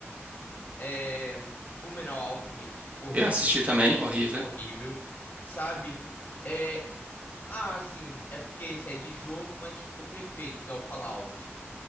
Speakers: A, on the left; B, on the right.
A: é, Fullmetal Alchemist, horrível,
B: eu assisti também, horrível.
A: horrível, sabe? É, ah, sim, é porque esse é de jogo, mas ficou perfeito, que é o Fallout.